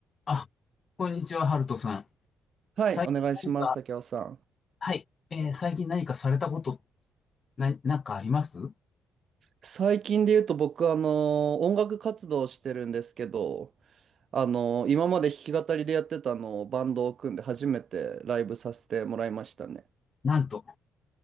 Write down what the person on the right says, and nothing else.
はい、
お願いします、竹雄さん。
最近で言うと僕、あの、音楽活動をしてるんですけど、あの、今まで弾き語りでやってたのをバンドを組んで初めてライブさせてもらいましたね。